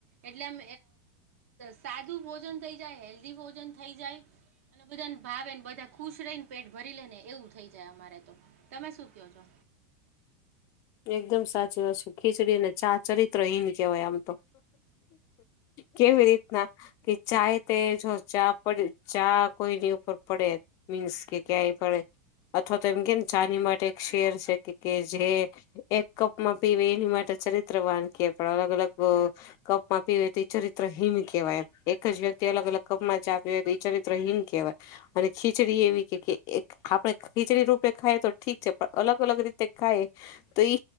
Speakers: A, on the right; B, on the left.
A: એટલેમ સાદું ભોજન થઈ જાય હેલ્ધી ભોજન થઈ જાય અને બધાને ભાવેને બધા ખુશ રહીને પેટ ભરી લે ને એવું થઈ જાય અમારે તો તમે શું કહો છો
B: એકદમ સાચી વાત છે ખીચડીને ચા ચરિત્ર હહીન કહેવાય આમ તો કે ફરી ના કે ચાહે તે જો ચા પડે ચા કોઈની ઉપર પડે મીન્સ કે ક્યાંય પડે અથવા તો એમ કે ને ચાની માટે એક શેર છે કે કે જે એક કપમાં પીવે એની માટે ચરિત્ર વાનકીીએ પણ અલગ અલગ કપમાં પી હોય તો ચરિત્ર હિમ કહેવાય એક જ વ્યક્તિ અલગ અલગ કપમાં જ પી હોય તો એ ચરિત્ર હિમ કહેવાય અને ખીચડી એવી કે આપડણે ખીચડી રૂપે ખાઈએ તો ઠીક છે પણ અલગ અલગ રીતે ખાય તો એ